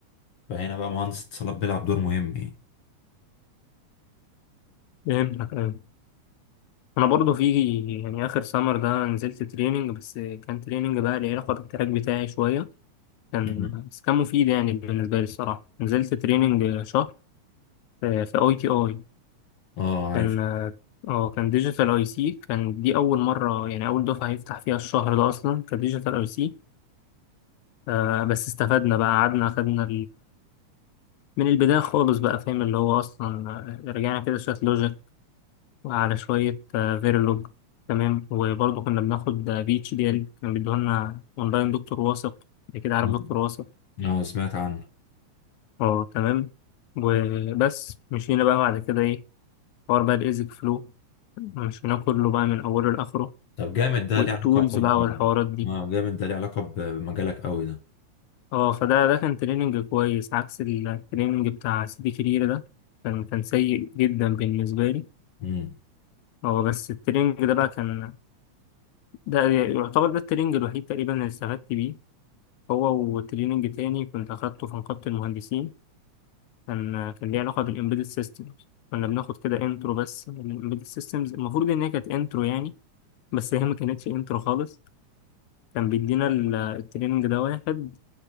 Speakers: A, on the left; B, on the left.
A: فهنا بقى مهندس اتصالات بيلعب دور مهم يعني
B: فهمتك أيوة. أنا برضو في يعني آخر سمر ده نزلت تريننج بس كان تريننج بقى ليه علاقة بالتراك بتاعي شوية كان
A: مم.
B: بس كان مفيد يعني بالنسبة لي الصراحة نزلت تريننج شهر في في أي تي أي
A: اه عارف
B: كان اه كان ديجيتال أي سي كان دي أول مرة يعني أول دفعة يفتح فيها الشهر ده أصلا كديجيتال أي سي آه بس استفدنا بقى قعدنا أخدنا من البداية خالص بقى فاهم اللي هو أصلا آه، رجعنا كده شوية لوجيك وعلى شوية آه، فيرلوج تمام وبرضه كنا بناخد في اتش دي ال كان بيدوهولنا أونلاين دكتور واثق أنت كده عارف
A: مم.
B: دكتور واثق
A: اه سمعت عنه
B: أه تمام وبس مشينا بقى بعد كده إيه حوار بقى الإيزك فلو مشيناه كله بقى من أوله لآخره
A: طب جامد ده
B: والتولز
A: ليه علاقة
B: بقى
A: ب-
B: والحوارات دي
A: اه جامد ده ليه علاقة ب- بمجالك قوي ده
B: أه فده ده كان تريننج كويس عكس التريننج بتاع سيدي كرير ده كان كان سيء جدا بالنسبة لي
A: امم
B: هو بس التريننج ده بقى كان ده يعتبر ده التريننج الوحيد تقريبا اللي استفدت بيه هو وتريننج تاني كنت أخدته في نقابة المهندسين كان كان ليه علاقة بالإمبيدد سيستمز كنا بناخد كده انترو بس للإمبيدد سيستمز المفروض إن هي كانت انترو يعني بس هي ما كانتش انترو خالص كان بيدينا ال- التريننج ده واحد